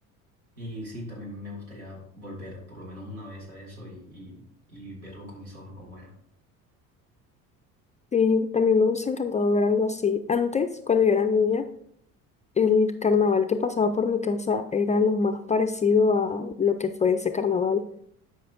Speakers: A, on the right; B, on the left.
A: y sí, también me gustaría volver por lo menos una vez a eso y, y, y verlo con mis ojos cómo era.
B: Sí, también me hubiese encantado ver algo así. Antes, cuando yo era niña, El carnaval que pasaba por mi casa era lo más parecido a lo que fue ese carnaval,